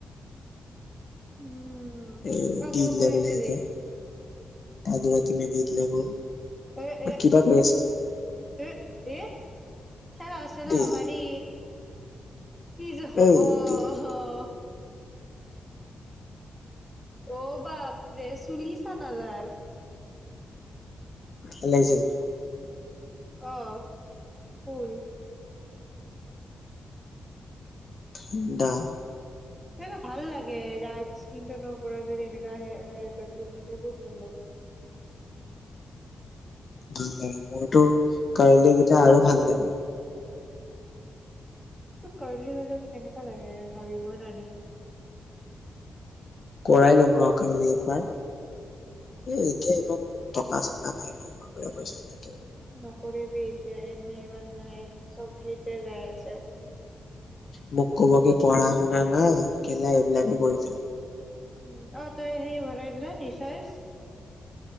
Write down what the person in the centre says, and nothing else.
উম',
অ
কিবা কৈ
আছিলি
<unintelligible>
তেওঁ আছিলে
আমাৰি। কি যে হ'ব
অহ
', অ', অ', বাপৰে চুলি ছানা তাৰ?
অহ ', কুল।
<unintelligible>
তোক কাৰ্লি হলে কেনেকুৱা লাগে ভাবিবই নোৱাৰি।
নকৰিবি এতিয়া, এনেই ইমান নাই চ'ব সেইতে যাই আছে।
উম ', অ', তই সেই ভৰাইদিলে ৰিচাৰ্জ।